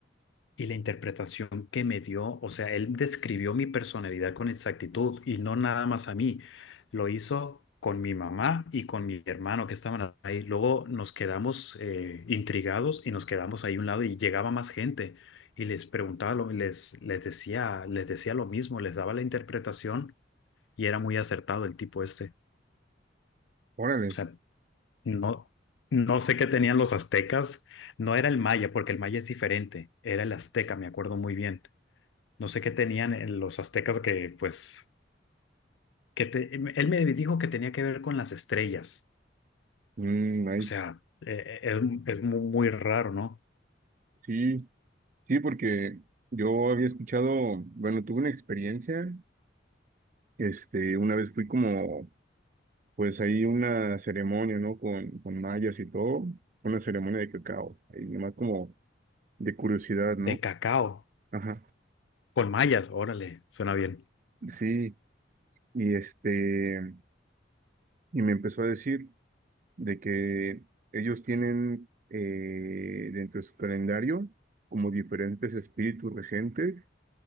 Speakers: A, on the left; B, on the right.
A: Y la interpretación que me dio, o sea, él describió mi personalidad con exactitud y no nada más a mí. Lo hizo con mi mamá y con mi hermano que estaban ahí. Luego nos quedamos eh, intrigados y nos quedamos ahí a un lado y llegaba más gente y les preguntaba, lo- les, les decía, les decía lo mismo, les daba la interpretación y era muy acertado el tipo este.
B: Órale.
A: O sea, no, no sé qué tenían los aztecas, no era el maya, porque el maya es diferente, era el azteca, me acuerdo muy bien no sé qué tenían en los aztecas que, pues, que te- em, él me dijo que tenía que ver con las estrellas.
B: Mm, ahí-
A: O sea, eh, eh, es, es mu- muy raro, ¿no?
B: Sí, sí, porque yo había escuchado, bueno, tuve una experiencia, este, una vez fui como, pues ahí una ceremonia, ¿no? Con, con mayas y todo, una ceremonia de cacao, ahí nomás como de curiosidad, ¿no?
A: De cacao,
B: Ajá,
A: con mayas, órale, suena bien.
B: sí, y este, y me empezó a decir. de que ellos tienen eh, dentro de su calendario como diferentes espíritus regentes